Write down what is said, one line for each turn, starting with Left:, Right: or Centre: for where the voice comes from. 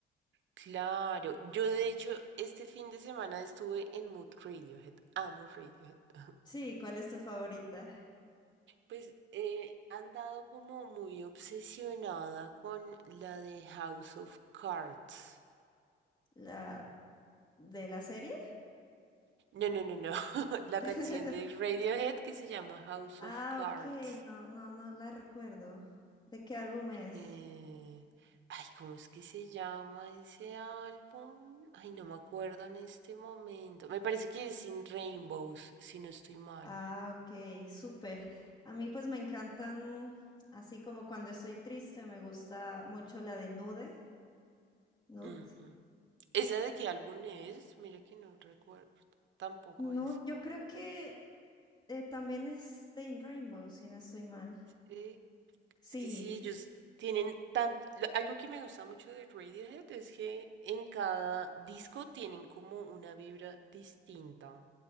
Right: claro. Yo de hecho este fin de semana estuve en Mood Radiohead. Amo Radiohead. <laughs>
Left: Sí, ¿cuál es tu favorita?
Right: Pues eh, han dado como muy obsesionada con la de House of Cards.
Left: ¿La de la serie?
Right: No, no, no, no. <laughs> La
Left: <laughs>
Right: canción de Radiohead que se llama House
Left: Ah,
Right: of Cards.
Left: ok, no, no, no la recuerdo. ¿De qué álbum es?
Right: Eh, Ay, ¿cómo es que se llama ese álbum? Ay, no me acuerdo en este momento. Me parece que es Sin Rainbows, si no estoy mal.
Left: Ah, ok, súper. A mí pues me encantan, así como cuando estoy triste, me gusta mucho la de Nude, Nude.
Right: Ujú. ¿Esa de qué
Left: Y
Right: álbum es? Mira que no recuerdo. Tampoco
Left: Nude,
Right: es.
Left: yo creo que Eh, también es de In Rainbow, si no estoy mal.
Right: Sí.
Left: Sí,
Right: Es que sí, ellos tienen tanto... Algo que me gusta mucho de Radiohead es que en cada disco tienen como una vibra distinta.